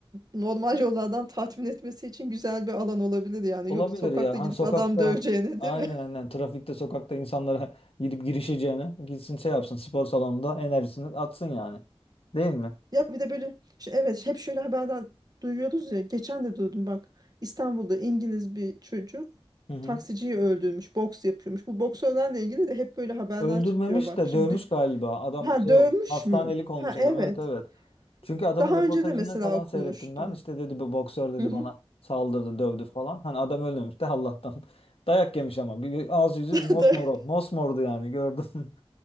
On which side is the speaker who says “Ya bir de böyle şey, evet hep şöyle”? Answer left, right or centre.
Right